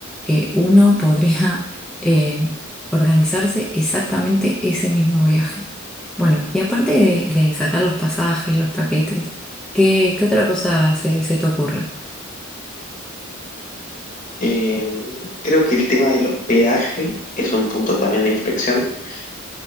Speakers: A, in the centre; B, on the left.
A: eh, uno podría <laughs> eh, organizarse exactamente ese mismo viaje. Bueno, y aparte de, de sacar los pasajes, los paquetes, ¿qué, qué otra cosa se, se te ocurre?
B: Eh, creo que el tema del hospedaje es un punto también de inflexión. <sighs>